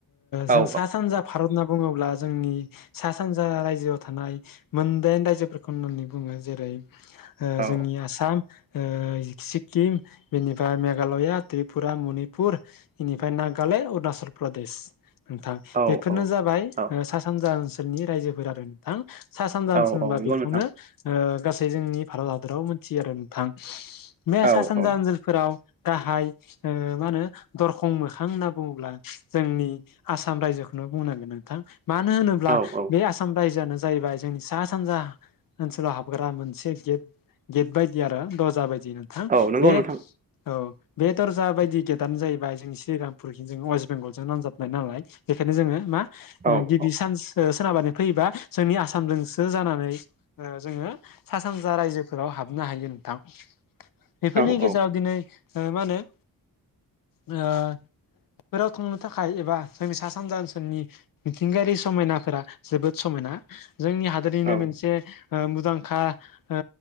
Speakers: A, on the left; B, on the right.
A: जों
B: औ
A: सा सानजा भारत होनना बुङोब्ला जोंनि सा सानजा रायजोआव थानाय मोनदाइन रायजोफोरखौ होननानै बुङो। जेरै ओ
B: औ
A: जोंनि आसाम, ओ सिक्किम बेनिफ्राय मेघालया, त्रिपुरा, मनिपुर बेनिफ्राय नागालेण्ड, अरुणाचल प्रदेश नोंथां
B: औ
A: बेफोरनो
B: औ
A: जाबाय
B: औ
A: ओ सा सानजा ओनसोलनि रायजोफोर आरो नोंथां। सा सानजा
B: औ
A: ओनसोल होनबा
B: औ नंगौ
A: बेखौनो
B: नोंथां
A: ओ गासै जोंनि भारत हादराव मोनथियो आरो नोंथां। बे
B: औ
A: सा सानजा
B: औ
A: ओनसोलफोराव गाहाय ओ मा होनो दरखं मोखां होनना बुङोब्ला जोंनि आसाम रायजोखौनो बुंनांगोन नोंथां। मानो होनोब्ला
B: औ औ
A: बे आसा साम रायजोआनो जाहैबाय जोंनि सा सानजा ओनसोलाव हाबग्रा मोनसे गेट। गेट बायदि आरो दर्जा बायदि नोंथां।
B: औ नंगौ
A: बे
B: नोंथां
A: औ बे दर्जा बायदि गेटानो जाय बाय जोंनि श्रीरामपुर जों अवेस्ट बेंगलजों नांजाबनाय नालाय, बेखायनो जोङो मा
B: औ
A: ओ गिबि
B: औ
A: सान ओ सोनाब आरि फैयोबा जोंनि आसामजोंसो जानानै ओ जोङो सा-सानजा रायजोफोराव हाबनो हायो नोंथां। बेफोरनि
B: औ
A: गेजेराव
B: औ
A: दिनै ओ मा होनो आ फोराव थांनो थाखाय एबा जोंनि सा सानजा ओनसोलनि मिथिंगायारि समायनाफोरा जोबोद समायना जोंनि हादरैनो
B: औ
A: मोनसे ओ मुंदांखा ओ